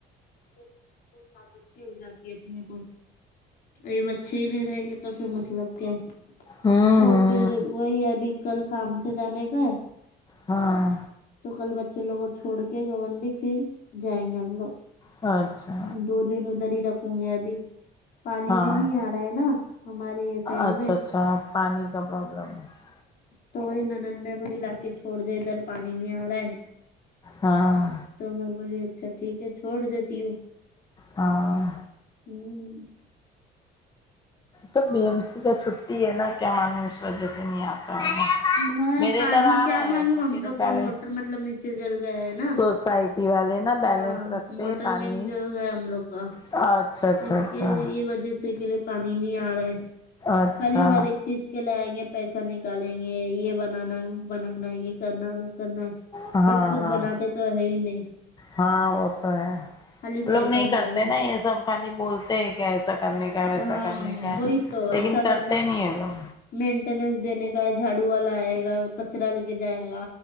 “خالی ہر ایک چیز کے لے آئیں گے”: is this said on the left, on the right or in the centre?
Left